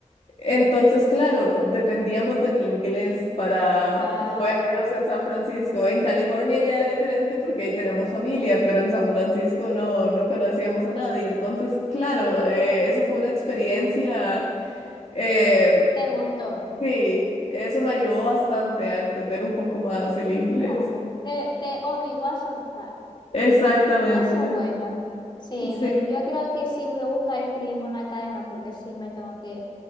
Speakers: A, on the left; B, on the left.
A: Entonces, claro, dependíamos de mi inglés para
B: Ah,
A: movernos en San Francisco. En California ya era diferente porque ahí tenemos familia, pero en San Francisco no, no conocíamos a nadie. Entonces, claro, eh, eso fue una experiencia, eh,
B: ¿te gustó?
A: sí, eso me ayudó bastante a entender un poco más el inglés.
B: Claro, te, te obligó a soltar.
A: Exactamente.
B: Eso es bueno. Sí,
A: Sí,
B: yo, yo creo que sí voy a buscar escribirme una academia porque sí me tengo que,